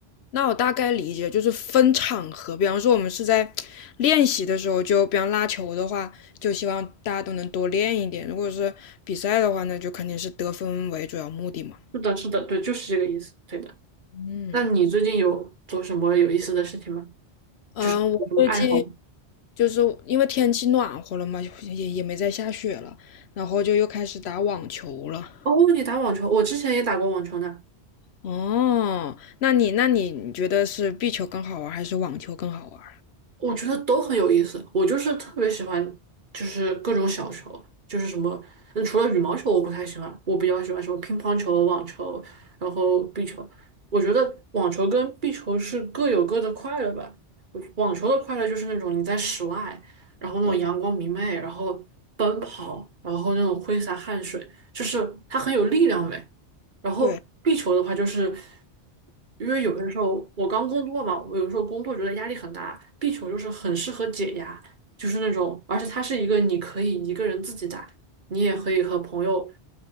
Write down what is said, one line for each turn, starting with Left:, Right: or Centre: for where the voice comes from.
Left: 那我大概理解，就是分场合，比方说我们是在练习的时候，就比方拉球的话，就希望大家都能多练一点；如果是比赛的话那就肯定是得分为主要目的嘛。
Right: 是的，是的，对，就是这个意思，对的。
Left: 嗯
Right: 那你最近有做什么有意思的事情吗？
Left: 嗯，
Right: 就是有什么爱好吗？
Left: 我最近就是因为天气暖和了嘛，也也没再下雪了，然后就又开始打网球了。
Right: 哦，你打网球，我之前也打过网球呢。
Left: 哦，那你那你你觉得是壁球更好玩，还是网球更好玩？
Right: 我觉得都很有意思。我就是特别喜欢，就是各种小球，就是什么，嗯，除了羽毛球我不太喜欢，我比较喜欢什么乒乓球、网球，然后壁球。我觉得网球跟壁球是各有各的快乐吧。我网球的快乐就是那种你在室外，然后那种阳光明媚，
Left: 对
Right: 然后奔跑，然后那种挥洒汗水，就是它很有力量美。然后壁球的话，
Left: 对。
Right: 就是因为有的时候我刚工作嘛，我有时候工作觉得压力很大，壁球就是很适合解压，就是那种，而且它是一个你可以一个人自己打，你也可以和朋友